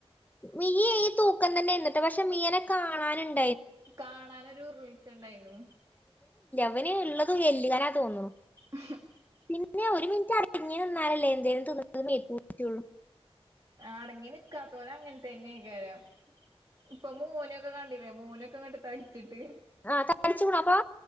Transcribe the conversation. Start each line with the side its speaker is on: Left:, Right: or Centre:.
Left: മിയ ഈ തൂക്കം തന്നെ എന്നിട്ട് പക്ഷെ മിയ കാണാനുണ്ട്
Right: കാണാനൊരു ഉരുളിച്ച ഉണ്ടായിരുന്നു
Left: അവന് ഉള്ളത് വെല്ലുകനാ തോന്നുന്നു
Right: <inaudible>
Left: പിന്നെ ഒരു മിനിറ്റ് അറിഞ്ഞഞ് നിന്നാലല്ലേ എന്തേലും തിന്ന മേറ്റുള്ളൂ
Right: അടങ്ങി നിക്കാത്ത പോലെ അങ്ങനത്തന്നെയക്കാരം ഇപ്പൊ മോനൊക്കെ കണ്ടില്ലേ മോനൊക്കെ കണ്ട് തടിച്ചിട്ട്
Left: ആഹ് ത അടിച്ചിക്കണപ്പാ